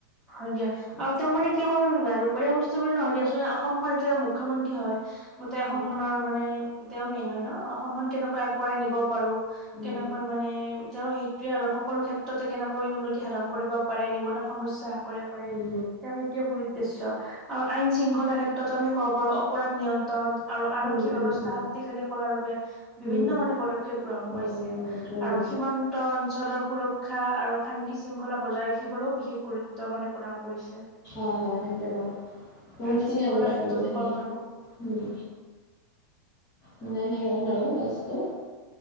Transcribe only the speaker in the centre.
হয় দিয়া। আৰু তেওঁ মানে কি অকল আৰু পৰি সমস্তু বুলি নহয় দিয়াচোন অসমখন এতিয়া তেওঁ মুখ্যমন্ত্ৰী হয়। গোটেই অসম
খনৰ মানে তেও মেইন হয়, ন। অসমখনন কেনেকৈ আগবঢ়াই নিব পাৰো,
কেনেকৈ মানে সেইটয়ে আৰু সকলো ক্ষেত্ৰতে কেনেকৈ উন্নতি সাধন কৰিব পাৰে, নিবন সমস্যা হাস কৰিব পাৰে,
তেওঁক সেইটোৱে মূল উদ্দেশ্য। আৰু আইন শৃংখলা ক্ষেত্ৰতো আমি ক'ব পাৰোঁ অপৰাধ নিয়ম ন, আৰু আৰক্ষী
ব্যৱস্থা
শক্তিশালী কৰাৰ বাবে বিভিন্ন
মানে পদক্ষেপ গ্ৰহণ
কৰিছে।
আৰু সিমন্ত অঞ্চলৰ সুৰক্ষা আৰু শান্তি, শৃংখলা বজাই ৰাখিবলৈও বিশেষ গুৰুত্ব মানে প্ৰদান কৰিছে
আইন শৃংখলাৰ
ক্ষেত্ৰতো ক'ব পাৰো